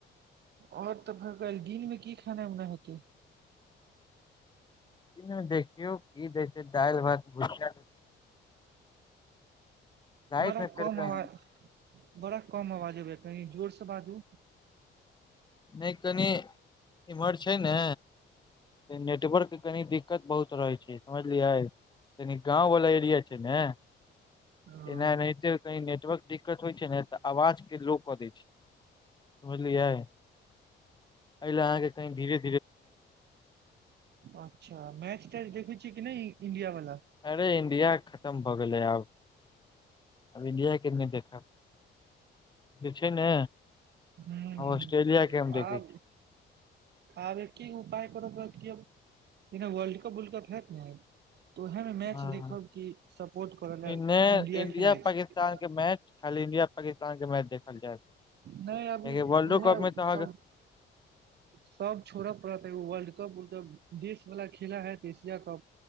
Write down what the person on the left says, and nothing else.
दिन मे देखियौ की दैय छै दालि भात भुजिया राति
मे फेर
कही
नै कनि इम्हर छै ने नेटवर्क कनी दिक्कत बहुत रहै छै समझलियै कनि गाँंव वाला एरिया छै न
एना एहिते की नेटवर्क दिक्कत होइ छै न तऽ आवाज के लो कऽ दै छै बुझलियै एहि लऽ अहाँ के कनी धिरे
अरे इंडिया खतम भऽ गेले आब अब इंडिया के नई देखब जे छै ने
ऑस्ट्रेलिया के हम देखैत
छी
छी
इन्ने
इंडिया
पाकिस्तान
मैच खाली इंडिया पाकिस्तान के मैच देखल जाई
क्याकी
वर्ल्ड कप मे तऽ अहाँ
कऽ